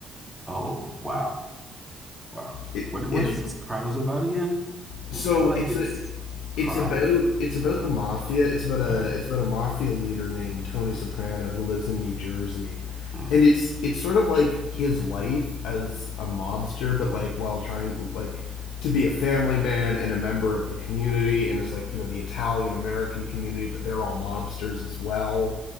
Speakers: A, in the centre; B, on the left.
A: Oh, wow. Wow.
B: It,
A: What what
B: it's
A: is The Sopranos about again?
B: so
A: I know like
B: it's
A: it's
B: a
A: crime.
B: it's about it's about the mafia. It's about a
A: Mm,
B: it's about a mafia leader named Tony Soprano who lives in New Jersey.
A: mm.
B: And it's it's sort of like his life as a mobster but like while trying like to be a family man and a member of the community and it's like, you know, the Italian American community, but they're all mobsters as well.